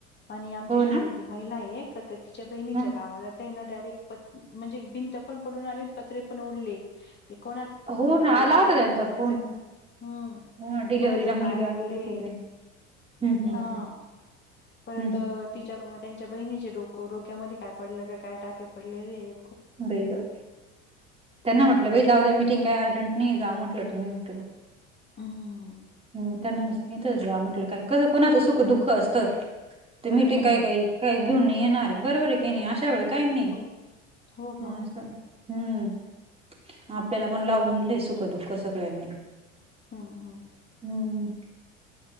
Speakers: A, on the left (about 30°); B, on the right (about 15°).
A: आणि आमच्याशी
B: हो
A: चाळीतील
B: ना
A: महिला एक तर ती तिच्या बहिणीच्या
B: हं
A: गावाला ते न डायरेक्ट म्हणजे भिंत पण पडून आले आणि पत्रे पण उडले ते कोना
B: हो
A: पायाला
B: ना आला
A: लागलेलं
B: होता त्यांचा
A: एक अस,
B: फोन
A: हम्म
B: हो ना डिलिव्हरीला
A: कोणाचा पाय
B: मुलगी
A: मोडलय.
B: आलेली होती म्हणे हं हं
A: हां
B: हं
A: परत
B: हं हं.
A: अह तिच्या त्यांच्या बहिणीच्या डोकं डोक्यामध्ये काय पडलं का काय टाके पडलेलेहेत.
B: बाई ग. त्यांना म्हटलं बाई जाऊ द्या मीटिंग काही अर्जंट नाही जा म्हटलं तुम्ही म्हटलं
A: हं,
B: हम्म त्यांना मी सांगितलंच या म्हटलं, कसं कोणाचं सुख दुःख असतं. ते मीटिंग
A: हं.
B: काही काही काही घेऊन नाही येणार आहे बरोबर आहे की नाही अशा वेळी काही नाही.
A: हो, हो
B: <unintelligible>
A: मग.
B: हम्म आपल्याला पण लावून दिलेय सुख दुःख सगळ्यांनी.
A: हां हां.
B: ह्म्म्म.